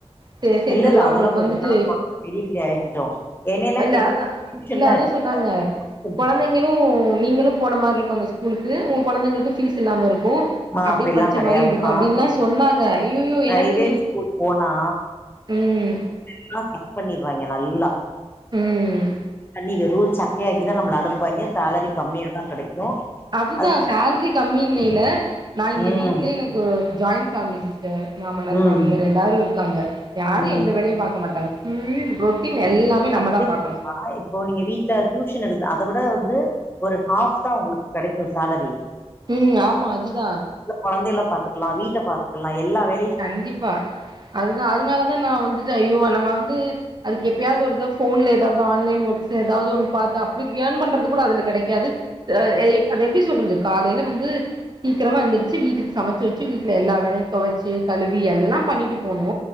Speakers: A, on the right (about 40°); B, on the left (about 20°).
A: சே சே்த்தர்லா
B: இல்ல இல்ல அதெல்லா
A: உங்களுக்கு
B: கொஞ்ச
A: வந்துட்டு
B: நாள் பொறந்து பெரிய பிள்ளை ஆகிட்டோ என்னையெல்லா
A: இல்ல
B: கேட்டீங்கன்னா
A: அதா
B: டியூஷன்
A: இல்ல
B: தா
A: அது
B: எடுத்து
A: சொன்னாங்க கொழந்தைங்களு நீங்களு போன மாரி இருக்கோ அந்த ஸ்கூலுக்கு ஒங்க கொழந்தைங்களுக்கு ஃபீஸ் இல்லாம இருக்கோ
B: மா
A: அப்டியே
B: அப்டிலா
A: படிச்ச
B: கெடையாதுப்பா
A: மாரி இருக்கோ அப்டின்னுல்லா சொன்னாங்க ஐய்யய்யோ
B: பிரைவேட்
A: எனக்கு
B: ஸ்கூல் போனா
A: ம்
B: எல்லா கட் பண்ணிருவாய்ங்க நல்லா
A: ம்
B: பண்ணி வெறு சக்கையாக்கிதா நம்மள அனுப்புவாங்கே சேலரி கம்மியாதா கெடைக்கு
A: அதுதா
B: அதுக்கு
A: சேலரி கம்மிங்கையில நா இங்க
B: ம்
A: வீட்லயே எனக்கு ஜாயின் ஃபேம்லி சிஸ்டர் மாமனார்
B: ம்
A: மாமியார் எல்லாரு இருக்காங்க யாரு
B: ம்
A: எந்த வேலையு பாக்க மாட்டாங்க ம் ரொட்டீன் எல்லாமே நம்ம
B: அப்டின்
A: தா பாக்கணு
B: பாத்தா இப்போ நீங்க வீட்டுல டியூஷன் எடுக்கு அத விட வந்து ஒரு ஹாஃப்தா ஒங்களுக்கு கெடைக்கு சேலரி
A: ம் ஆமா அதுதா
B: கொழந்தைல பாத்துக்கலா வீட்ட பாத்துக்கலா எல்லா வே
A: கண்டிப்பா அதுதா அதனாலதா நா வந்து ஐயோ நம்ம வந்து அதுக்கு எப்பயாவது ஒரு தடவ ஃபோன்ல ஏதாது ஆன்லைன் ஒர்க்ஸ் ஏதாவது ஒண்ணு பாத்து அப்டி இயன் பண்றது கூட அதுல கெடைக்காது எ ஏ அது எப்டி சொல்றது காலைல வந்து சீக்கிரமா எந்திரிச்சி வீட்டுக்கு சமைச்சு வெச்சு வீட்டுல எல்லா வேலையு தொவச்சி ட்டு கழுவி எல்லா பண்ணிட்டு போனு